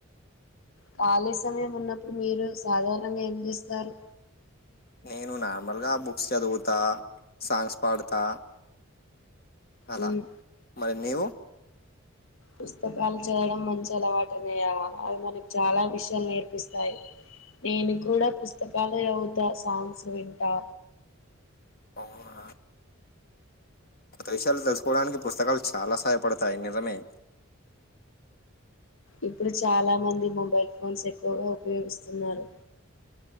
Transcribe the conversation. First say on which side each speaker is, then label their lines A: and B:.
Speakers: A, on the left (about 70°); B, on the left (about 50°).
A: ఖాళీ సమయం ఉన్నప్పుడు మీరు సాధారణంగా ఏం చేస్తారు
B: నేను నార్మల్గా బుక్స్ చదువుతా, సాంగ్స్ పాడుతా అలా
A: ఉమ్.
B: మరి నీవు
A: పుస్తకాలు చదడం మంచి అలవాట్ అన్నయ్య అవి మనకు చాలా విషయాలు నేర్పిస్తాయి. నేను కూడా పుస్తకాలే చదువుతా సాంగ్స్ వింటా
B: అవునా కొత్త విషయాలు తెలుసుకోడానికి పుస్తకాలు చాలా సహాయపడతాయి నిజమే
A: ఇప్పుడు చాలా మంది మొబైల్ ఫోన్స్ ఎక్కువగా ఉపయోగిస్తున్నారు